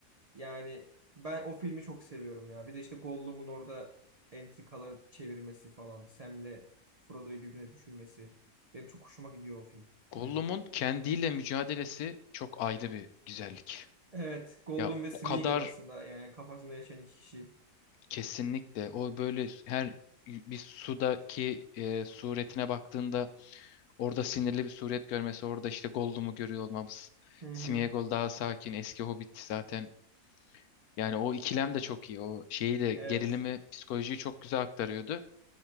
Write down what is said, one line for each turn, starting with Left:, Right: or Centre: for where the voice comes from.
Right: Yani ben o filmi çok seviyorum ya. Bir de işte Gollum'un orada entrikalar çevirmesi falan. Sam'le Frodo'yu birbirine düşürmesi. Benim çok hoşuma gidiyor o film.
Left: Gollum'un
Right: O yüzden.
Left: kendiyle mücadelesi çok ayrı bir güzellik.
Right: Evet. Gollum
Left: Ya
Right: ve Smeagol
Left: o kadar
Right: aslında. Yani kafasında yaşayan iki kişi.
Left: kesinlikle o böyle her bir sudaki e, suretine baktığında orada sinirli bir suret görmesi, orada işte Gollum'u görüyor olmamız.
Right: Hı
Left: Sméagol
Right: hı.
Left: daha sakin, eski Hobbit zaten. Yani o ikilem de çok iyi. O şeyi de
Right: Evet.
Left: gerilimi, psikolojiyi çok güzel aktarıyordu.